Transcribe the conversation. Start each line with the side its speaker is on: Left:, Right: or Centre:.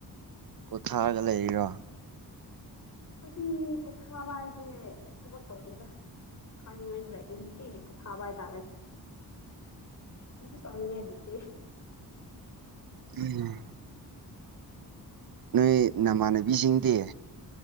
Right: ꯄꯣꯊꯥꯔꯒ ꯂꯩꯔꯤꯔꯣ
Left: ꯑꯩꯈꯣꯏꯒꯤ ꯄꯣꯊꯥꯕ ꯍꯥꯏꯁꯦ ꯊꯕꯛ ꯇꯧꯅꯤꯅ ꯊꯅꯤꯡꯉꯥꯏꯂꯥꯏꯇꯤ ꯀ ꯊꯥꯕꯥꯏꯇꯥꯔꯦ ꯀꯃꯤ ꯍꯥꯏ ꯂꯩꯇ
Right: ꯎꯝ ꯅꯣꯏ ꯅꯃꯥꯟꯅꯕꯤꯁꯤꯡꯗꯤ